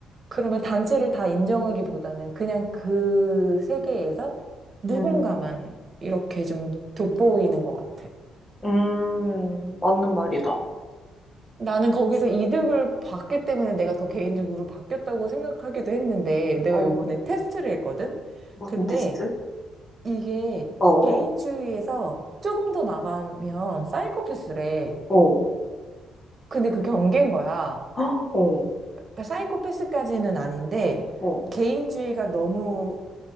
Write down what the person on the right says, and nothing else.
그러면 단체를 다 인정하기보다는 그냥 그 세계에서 누군가만
이렇게 좀 돋보이는 것 같아.
나는 거기서 이득을 봤기 때문에 내가 더 개인적으로 바뀌었다고 생각하기도 했는데 내가
요번에 테스트를 했거든?
근데
이게
개인주의에서
조금 더 나가면 사이코패스래.
근데 그 경계인 거야.
그러니까 사이코패스까지는 아닌데
개인주의가 너무